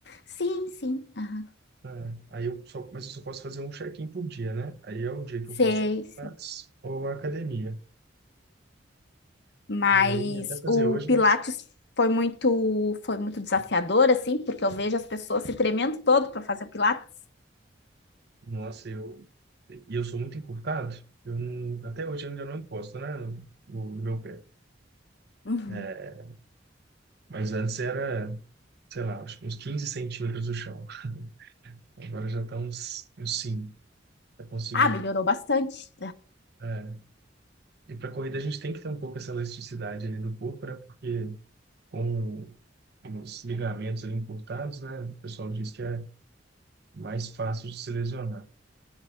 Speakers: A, on the left; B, on the right.
A: Sim, sim. Aham.
B: É, aí eu só, mas eu só posso fazer um check-in por dia, né? Aí é o dia que
A: Sei,
B: eu faço Pilates
A: sei.
B: ou academia.
A: Mas
B: E eu ia até fazer
A: o
B: hoje,
A: Pilates
B: mas
A: foi muito, foi muito desafiador, assim, porque eu vejo as pessoas se tremendo todo para fazer o Pilates.
B: nossa, eu e eu sou muito encurtado. Eu não, até hoje eu ainda não encosto, né, no, no meu pé.
A: Uhum.
B: É, Mas antes era, sei lá, acho que uns 15 centímetros do chão. Agora já está uns, uns cinco Eu consigo.
A: Ah, melhorou bastante.
B: é. E para corrida a gente tem que ter um pouco essa elasticidade ali do corpo, né? Porque com os ligamentos ali encurtados, né? O pessoal diz que é mais fácil de se lesionar.